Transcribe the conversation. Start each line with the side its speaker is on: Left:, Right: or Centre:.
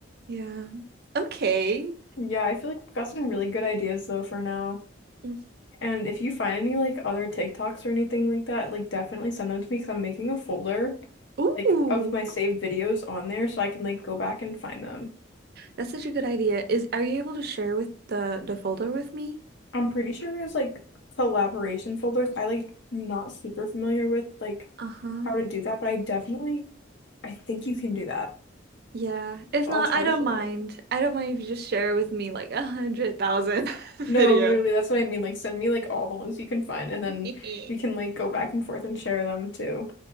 Right: Yeah. Okay.
Left: Yeah, I feel like we've got some really good ideas though for now.
Right: Mm.
Left: And if you find any like other TikToks or anything like that, like definitely send them to me because I'm making a folder
Right: Ooh,
Left: like of my saved videos on there so I can like go back and find them.
Right: that's such a good idea. Is are you able to share with the the folder with me?
Left: I'm pretty sure there's like collaboration folders. I like not super familiar with like
Right: Uh-huh.
Left: how to do that, but I definitely I think you can do that.
Right: Yeah. If
Left: I'll
Right: not,
Left: try
Right: I
Left: to
Right: don't
Left: share
Right: mind.
Left: with you.
Right: I don't mind if you just share with me like a hundred thousand <laughs> videos.
Left: No, literally, that's what I mean. Like, send me like all the ones you can find,
Right: <laughs>
Left: and then we can like go back and forth and share them too.